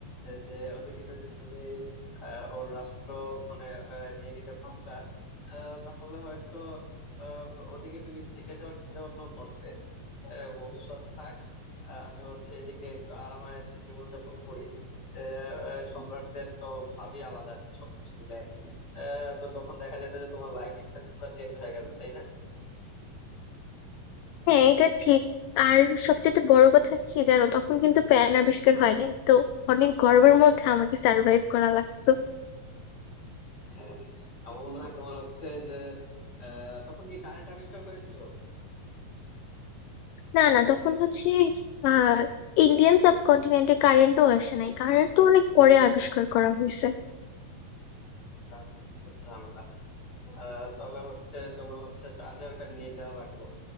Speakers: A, on the left (about 30°); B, on the left (about 80°).
A: এ যে ওদিকে যদি তুমি আহ, ওর রাষ্ট্র মানে আহ, নিয়ে নিতে পারতা আহ, তাহলে হয়তো আহ, ওদিকে তুমি থেকে যাওয়ার চিন্তা ভাবনা করতে আহ, ভবিষ্যৎ থাক আহ, আমি হচ্ছে এদিকে একটু আরামায়েশে জীবনযাপন করি আহ, আহ, সম্রাটদের তো ভাবই আলাদা আর কি সবকিছু মিলে আহ, তো তখন দেখা যেত যে তোমার লাইফ স্টাইল পুরো চেঞ্জ হয়ে গেছে তাই না
B: হ্যাঁ এটা ঠিক আর সবচেয়ে বড় কথা কি জানো তখন কিন্তু ফ্যান আবিষ্কার হয় নাই তো অনেক গর্বের মধ্যে আমাকে সার্ভাইভ করা লাগতো
A: হ্যাঁ, আমার মনে হয় তোমার হচ্ছে যে আহ, তখন কি কারেন্ট আবিষ্কার হয়েছিল
B: না না তখন হচ্ছে আহ ইন্ডিয়ান সাবকন্টিনেন্টে কারেন্টও আসে নাই কারেন্ট তো অনেক পরে আবিষ্কার করা হয়েছে
A: আহ, তাহলে তো ঝামেলা আহ, তাহলে হচ্ছে তোমার হচ্ছে চার্জার ফ্যান নিয়ে যাওয়া লাগবে